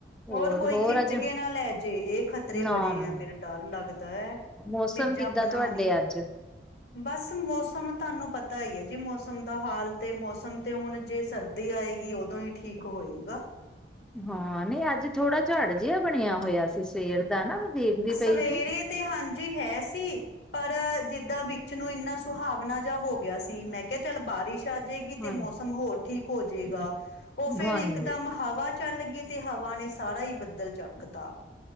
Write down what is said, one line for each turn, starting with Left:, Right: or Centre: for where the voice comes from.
Centre: ਹੋਰ-ਹੋਰ
Left: ਹੋਰ ਕੋਈ ਖਿੱਚ
Centre: ਅੱਜ
Left: ਕੇ ਨਾ ਲੈ ਜੇ ਇਹ ਖ਼ਤਰੇ
Centre: ਨਾ-ਨਾ
Left: ਬੜੇ ਆ ਫਿਰ ਡਰ ਲੱਗਦਾ।
Centre: ਮੌਸਮ
Left: ਚੀਜ਼ਾਂ
Centre: ਕਿੱਦਾਂ
Left: ਬਣਾਣੀ
Centre: ਤੁਹਾਡੇ ਅੱਜ
Left: ਬਸ ਮੌਸਮ ਤੁਹਾਨੂੰ ਪਤਾ ਈ ਏ ਜੀ ਮੌਸਮ ਦਾ ਹਾਲ ਤੇ ਮੌਸਮ ਤੇ ਹੁਣ ਜੇ ਸਰਦੀ ਆਏਗੀ ਉਦੋਂ ਹੀ ਠੀਕ ਹੋਏਗਾ।
Centre: ਹਾਂ ਨਈ ਅੱਜ ਥੋੜਾ ਝੜ ਜਿਹਾ ਬਣਿਆ ਹੋਇਆ ਸੀ ਸਵੇਰ ਦਾ ਨਾ ਦੇਖਦੀ
Left: ਸਵੇਰੇ
Centre: ਪਈ ਸੀ
Left: ਤੇ ਹਾਂਜੀ ਹੈ ਸੀ। ਪਰ ਜਿੱਦਾਂ ਵਿੱਚ ਨੂੰ ਇੰਨਾ ਸੁਹਾਵਨਾ ਜਿਹਾ ਹੋ ਗਿਆ ਸੀ ਮੈਂ ਕਿਆ ਚੱਲ ਬਾਰਿਸ਼ ਆ ਜਾਏਗੀ
Centre: ਹਾਂ
Left: ਤੇ ਮੌਸਮ ਹੋਰ ਠੀਕ ਹੋ ਜਾਏਗਾ ਓ ਫਿਰ
Centre: ਹਾਂਜੀ
Left: ਇੱਕਦਮ ਹਵਾ ਚੱਲ ਗਈ ਤੇ ਹਵਾ ਨੇ ਸਾਰਾ ਹੀ ਬੱਦਲ ਚੱਕ ਤਾ